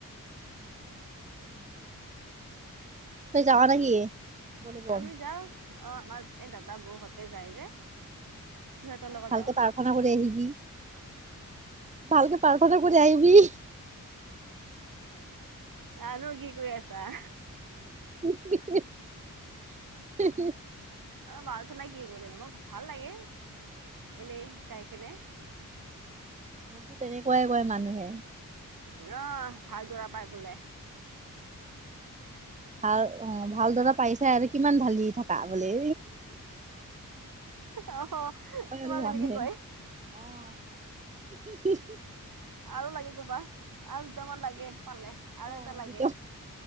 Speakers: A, on the right (about 20°); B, on the right (about 80°).
A: ঢালো <inaudible> তই যাৱা নেকি বলে বম
B: আমি যাও। অ আমাৰ এই দাদা বৌহতে যায় যে। সিহঁতৰ লগত
A: ভালকে
B: যাওঁ
A: প্ৰাৰ্থনা কৰি আহিবি? ভালকে প্ৰাৰ্থনা কৰি আহিবি?
B: আৰু কি কৰি আছা?
A: <unintelligible>
B: পাৰ্থনা কি কৰিম মোক ভাল লাগে, এনেই যাই কেনে।
A: মোকতো তেনেকুৱাই কয় মানুহে।
B: আহ ভাল দৰা পাই বোলে।
A: ভাল অ ভাল দৰা পাইছাই আৰু কিমান ঢালি থাকা বুলি।
B: অ তোমাক
A: আৰু মানুহে
B: এনেকৈ কয়।
A: অ <unintelligible>
B: আৰু লাগে ক'বা আৰু দুটামান লাগে পালে আৰু
A: অ
B: এটা লাগে।
A: দুটা